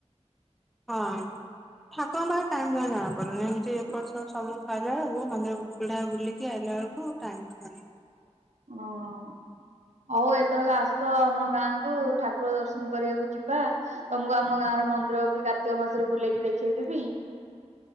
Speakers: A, in the centre; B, on the right.
A: ହଁ। ଠାକୁରଙ୍କ ପାଖ ଟାଇମ୍ ଟ ଜଣା ପଡୁନି ଏମିତି ଏପଟ ସେପଟ ସବୁ ସାଇଲା ବେଳକୁ ମନ୍ଦିର ପିଡା ବୁଲିକି ଆଇିଲା ବେଳକୁ ଟାଇମ ନାହିଁ।
B: ହଁ। ହଉ ଏଥରକ ଆସ ଆମ ଗାଁ କୁ ଠାକୁର ଦର୍ଶନ କରିବାକୁ ଯିବା ତମକୁ ଆମ ଗାଁ ଆର ମନ୍ଦିର ବି କାର୍ତ୍ତିକ ମାସରେ ବୁଲେଇକି ଦେଖେଇଦବି।